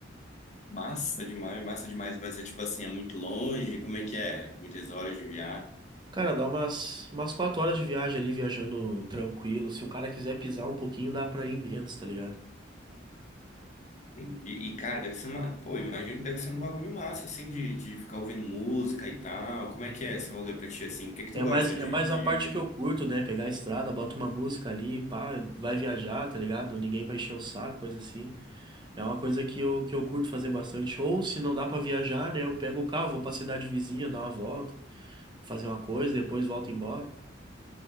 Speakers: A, on the left; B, on the right.
A: Massa demais, massa demais. Vai ser tipo assim, é muito longe. Como é que é? Muitas horas de viagem.
B: Cara, dá umas, umas quatro horas de viagem ali, viajando tranquilo. Se o cara quiser pisar um pouquinho, dá pra ir menos, tá ligado?
A: Entendi. E, cara, deve ser uma. Pô, imagino que deve ser um bagulho massa, assim, de, de ficar ouvindo música e tal. Como
B: É,
A: é que é esse rolê pra ti, assim? O que que tu
B: É
A: gosta
B: mais,
A: de,
B: é mais
A: de...
B: a parte
A: viajar?
B: que eu curto, né? Pegar a estrada, bota uma música ali, pá, vai viajar, tá ligado? Ninguém vai encher o saco, coisa assim. É uma coisa que eu, que eu curto fazer bastante. Ou se não dá pra viajar, né? Eu pego o carro, vou pra cidade vizinha, dar uma volta, fazer uma coisa, depois volto embora.